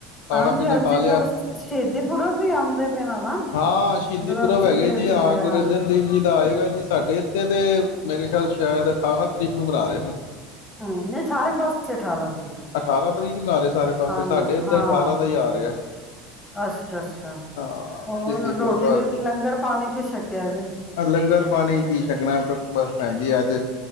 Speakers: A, on the left; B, on the left.
A: ਖਾਣਾ
B: ਹਾਂਜੀ
A: ਪੀਣਾ
B: ਹਾਂਜੀ
A: ਖਾ ਲਿਆ।
B: ਬਸ ਸ਼ਹੀਦੀ ਪੁਰਬ ਵੀ ਆਉਂਦੇ ਪਏ ਨੇ ਨਾ
A: ਹਾਂ, ਸ਼ਹੀਦੀ
B: ਗੁਰੂ
A: ਪੁਰਬ
B: ਅਰਜਨ
A: ਹੈਗੇ
B: ਦੇਵ
A: ਜੀ। ਹਾਂ,
B: ਦੇ
A: ਗੁਰੂ
B: ਹਾਂਜੀ
A: ਅਰਜਨ ਦੇਵ ਜੀ ਦਾ ਆਏਗਾ ਜੀ ਸਾਡੇ ਇੱਥੇ ਤੇ। ਮੇਰੇ ਖਿਆਲ ਸ਼ਾਇਦ ਅਠਾਰਾਂ ਤਰੀਕ ਨੂੰ ਮਣਾ ਰਹੇ ਨੇ।
B: ਹਮ ਨਹੀਂ ਸਾਰੇ ਪਾਸੇ ਅਠਾਰਾਂ ਤਰੀਕ ਹੈ
A: ਅਠਾਰਾਂ ਤਰੀਕ ਬਣਾ ਰਹੇ ਸਾਰੇ ਪਾਸੇ।
B: ਹਾਂ
A: ਸਾਡੇ ਏਧਰ
B: ਹਾਂ
A: ਅਠਾਰਾਂ ਦਾ ਹੀ ਆ ਰਿਹਾ ਐ।
B: ਅੱਛਾ ਅੱਛਾ
A: ਹਾਂ,
B: ਹੋਰ
A: ਸ਼ਹੀਦੀ
B: ਰੋਟੀ
A: ਗੁਰੂ ਬਾ
B: ਲੰਗਰ ਪਾਣੀ ਕੀ ਛਕਿਆ ਜੇ
A: ਲੰਗਰ ਪਾਣੀ ਕੀ ਛਕਨਾ ਬਸ ਭੈਣੇ। ਜੀ ਅੱਜ